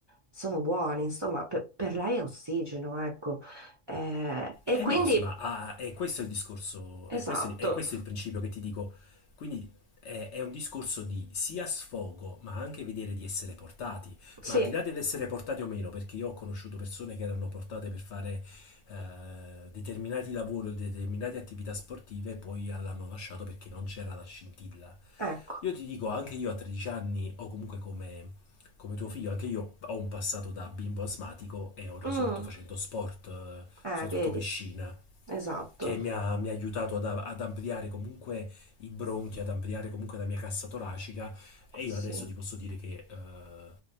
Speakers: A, on the right (about 30°); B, on the left (about 70°).
A: sono buoni, insomma, per, per lei è ossigeno, ecco. Eh, e
B: Eh
A: quindi,
B: no, sì, ma ah, è questo il discorso,
A: esatto,
B: è questo, è questo il principio che ti dico. Quindi è, è un discorso di sia sfogo, ma anche vedere di essere portati.
A: sì,
B: Ma al di là dell'essere portati o meno, perché io ho conosciuto persone che erano portate per fare eh, determinati lavori o determinate attività sportive e poi l'hanno lasciato perché non c'era la scintilla.
A: ecco.
B: Io ti dico, anche io a 13 anni, o comunque come come tuo figlio, anche io ho un passato da bimbo asmatico e ho risolto
A: Mm,
B: facendo sport, eh,
A: eh,
B: soprattutto
A: vedi,
B: piscina,
A: esatto.
B: che mi ha, mi ha aiutato ad, ad ampliare comunque i bronchi, ad ampliare comunque la mia cassa toracica e io
A: Sì,
B: adesso ti posso dire che eh,